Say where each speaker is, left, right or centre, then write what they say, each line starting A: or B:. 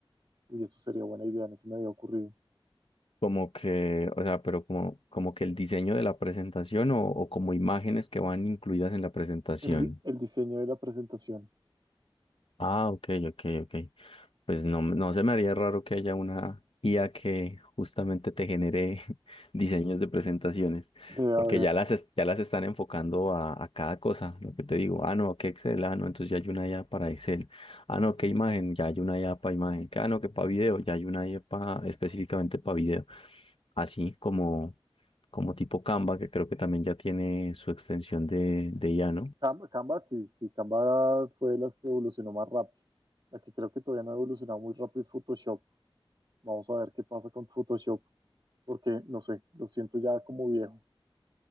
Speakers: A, on the right; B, on the left.
A: Y eso sería buena idea, no se me había ocurrido.
B: Como que, o sea, pero como, como que el diseño de la presentación o, o como imágenes que van incluidas en la presentación.
A: El, di- el diseño de la presentación.
B: Ah, ok, ok, ok. Pues no, no se me haría raro que haya una IA que justamente te genere <laughs> diseños de presentaciones,
A: Debe haber.
B: porque ya las, es- ya las están enfocando a, a cada cosa, lo que te digo, ah, no, que Excel, ah, no, entonces ya hay una IA para Excel, ah, no, que imagen, ya hay una IA para imagen, que, ah, no, que para video, ya hay una IA pa- específicamente para video, así como, como tipo Canva, que creo que también ya tiene su extensión de, de IA, ¿no?
A: Canva, Canva, sí, sí, Canva fue la que evolucionó más rápido. La que creo que todavía no ha evolucionado muy rápido es Photoshop. Vamos a ver qué pasa con Photoshop, porque no sé, lo siento ya como viejo.